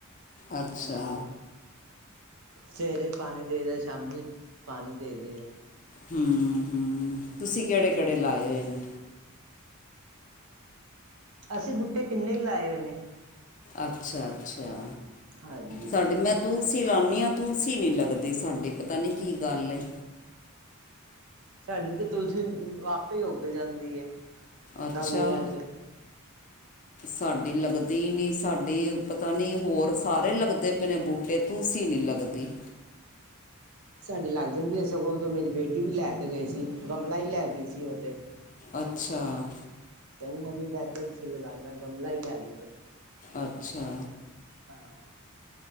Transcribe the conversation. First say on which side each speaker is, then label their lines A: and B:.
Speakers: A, on the left; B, on the right.
A: ਅੱਛਾ।
B: ਸਵੇਰੇ ਪਾਣੀ ਦੇਇਦਾ ਸ਼ਾਮੀ ਪਾਣੀ ਦੇਇਦਾ।
A: ਹੂੰ-ਹੂੰ, ਤੁਸੀਂ ਕਿਹੜੇ-ਕਿਹੜੇ ਲਾਏ ਹੋਏ ਨੇ?
B: ਅਸੀਂ ਬੂਟੇ ਕਿੰਨੇ ਹੀ ਲਾਏ ਹੋਏ ਨੇ।
A: ਅੱਛਾ- ਅੱਛਾ।
B: ਹਾਂਜੀ
A: ਸਾਡੀ ਮੈਂ ਤੁਲਸੀ ਲਾਉਦੀ ਹਾਂ ਤ ਤੁਲਸੀ ਨੀ ਲੱਗਦੀ ਸਾਡੀ ਪਤਾ ਨੀ ਕੀ ਗੱਲ ਹੈ?
B: ਸਾਡੀ ਤੇ ਤੁਲਸੀ ਆਪੇ ਉੱਗ ਜਾਂਦੀੲਏ।
A: ਅੱਛਾ
B: ਗਮਲੀਆਂ ਚ।
A: ਸਾਡੀ ਲੱਗਦੀ
B: ਹਾਂਜੀ
A: ਨੀ ਸਾਡੀ ਪਤਾ ਨੀ ਹੋਰ ਸਾਰੇ ਲੱਗਦੇ ਆਪਣੇ ਬੂਟੇ ਤੁਲਸੀ ਨੀ ਲੱਗਦੀ। ਤੇ
B: ਸਾਡੇ ਲੱਗ ਜਾਂਦੀ ਹੈ ਸਗੋਂ ਉਦੋਂ ਮੇਰੀ ਬੇਟੀ ਵੀ ਲੈ ਕੇ ਗਈ ਸੀ ਗਮਲਾ ਹੀ ਲੈ ਗਈ ਸੀ ਉਹਤੇ,
A: ਅੱਛਾ
B: ਇਕ ਕਹਿੰਦੀ ਮੰਮੀ ਮੈਂ ਤੁਲਸੀ ਲਗਾ ਲਈ। ਮੈ ਗਮਲਾ ਹੀ ਲੈ ਗਈ ਫੇਰ।
A: ਅੱਛਾ।
B: ਹਾਂ।